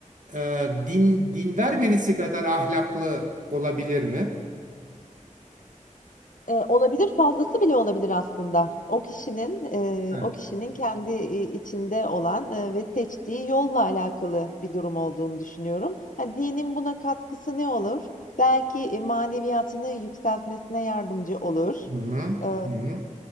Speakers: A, on the right (about 75°); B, on the left (about 80°).
A: e, din dindar birisi kadar ahlaklı olabilir mi?
B: Ee, olabilir fazlası bile olabilir aslında. O kişinin e,
A: Ha.
B: o kişinin kendi e, içinde olan e, ve seçtiği yolla alakalı bir durum olduğunu düşünüyorum. Ha, dinin buna katkısı ne olur? Belki e, maneviyatını yükseltmesine yardımcı olur.
A: Hı hı.
B: Ee,
A: Hı hı.